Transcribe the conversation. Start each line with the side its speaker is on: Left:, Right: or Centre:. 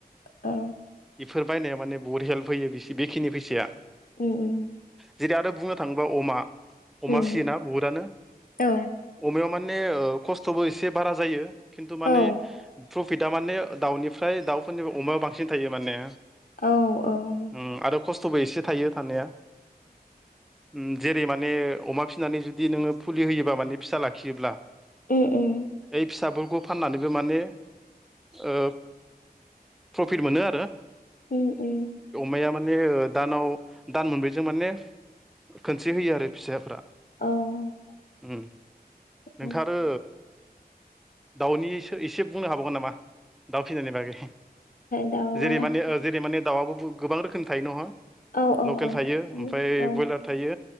Left: औ
Centre: फोर बायनाया माने बहुत हेल्प होयो बिसिखि बेखिनि फैसाया
Left: उम
Centre: जुदि आरो बुंनो थाङोब्ला अमा अमा
Left: उम
Centre: फिसियोना बुहुदानो
Left: औ
Centre: अमायाव माने ओ खस्थ'बो एसे बारा जायो खिनथु माने
Left: औ
Centre: प्रफिटआ माने ओ दाउनिफ्राय दाउफोरनिफ्राय अमाया बांसिन थायो माने
Left: औ औ
Centre: उम आरो खस्थ'बो एसे थायो थानाया उम जे बे माने अमा फिसिनानै जुदि नोङो फुलि होयोबा माने फिसा लाखियोब्ला
Left: उम उम
Centre: बे फिसाफोर बेखौ फाननानैबो माने ओ प्रफिट मोनो आरो
Left: उम उम
Centre: अमाया माने दानाव दान मोनब्रैजों माने खनसे होयो आरो फिसाफ्रा
Left: उम
Centre: उम नोंथाङा
Left: औ
Centre: आरो दाउनि एस एसे बुंनो हाबावगोन नामा दाउ फिसिनायनि बागै
Left: दाउआ
Centre: जेरै माने ओ जेरै माने दाउबो <unintelligible> गोबां रोखोम थायो नङा
Left: औ औ
Centre: लकेल
Left: औ
Centre: थायो ओमफ्राय
Left: औ
Centre: बयलार थायो